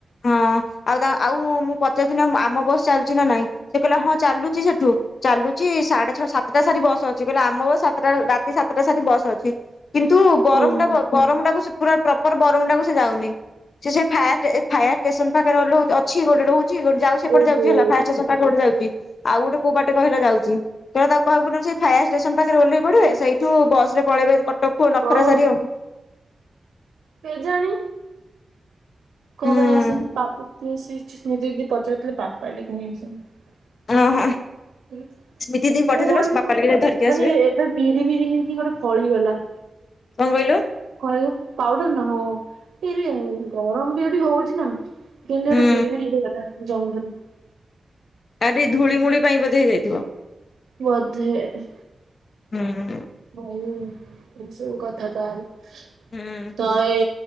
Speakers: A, on the left; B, on the right.
A: ହଁ ଆଉ ତା ଆଉ ମୁଁ ପଚାଶ ଦିନ ହବ ଆମ ବସ୍ ଚାଲିଛି ନା ନାଇଁ ସେ କହିଲା ହଁ ଚାଲୁଛି ସେଠୁ ଚା ଚାଲୁଛି ସାଢେ ଛଅ ସାତଟା ସାରି ବସ ଅଛି କହିଲ ଆମ ବସ ସାତଟା ରାତି ସାତଟା ସାରି ବସ ଅଛି। କିନ୍ତୁ ବରମୁଣ୍ଡା
B: ଓହୋ
A: ବ ବରମୁଣ୍ଡାଟାକୁ ସିଏ ପୁରା ପ୍ରପର ବରମୁଣ୍ଡାଟାକୁ ସେ ଯାଉନି ସିଏ ସେ ଫାଷ୍ଟେ ଏ ଫାୟାର ଷ୍ଟେସନ ପାଖରେ ଓହ୍ଲଉ ଅଛି ଗୋଟେ ରହୁଛି ଗୋଟ ଯାଉ ସେପଟେ
B: ଓହୋ
A: ଯାଉଛି ହେଲା ଫାୟର ଷ୍ଟେସନ ପାଖରେ ଗୋଟେ ଯାଉଛି। ଆଉ ଗୋଟେ କୋଉ ବାଟେ କହିଲ ଯାଉଛି ତ <unintelligible> ତାକୁ କହିବୁ ସେ ଫାୟାର ଷ୍ଟେସନ ପାଖରେ ଓହ୍ଲେଇ ପଡିବେ ସେଇଠୁ ବସରେ ପଳେଇବେ କଟକକୁ ନଖରା
B: ହଁ
A: ସାରି ଆଉ
B: କେଜାଣି କଁ
A: ହୁଁ
B: ପାଇଁ ଆସିନି ପା <unintelligible> ସ୍ମୃତି ଦିଦି ପଚାରୁ ଥିଲେ ପପାଲି କାହିଁ ଆସୁନି?
A: ଓହୋ ସ୍ମିତି ଦେଇ ପଠେଇଦେଲ
B: ହଁ ଏଠି
A: ବାପା ଲାଗି ଧରିକି ଆସିବେ
B: ମାନେ ଏବେ ବିରି ବିରି ହେଇକି ଗୋଟେ ଫଳିଗଲା।
A: କଣ କହିଲୁ
B: <unintelligible> ପାଉଡ଼ର ନାଁ ହଁ। ଏଇରେ ଗରମ ବି ଏଠି ହଉଛି ନା କିନ୍ତୁ
A: ହୁଁ
B: ଏଠି ବିରି ବିରି ହେଇଗଲା। ଜଙ୍ଗଲ।
A: <unintelligible> ଧୂଳିମୂଳି ପାଇଁ ବଧେ ହେଇଯାଇଥିବ।
B: ବଧେ ହେ
A: ହୁଁ।
B: ହୋଉ ଏସବୁ କଥା ତାହେଲେ
A: ହୁଁ
B: ତ ଏ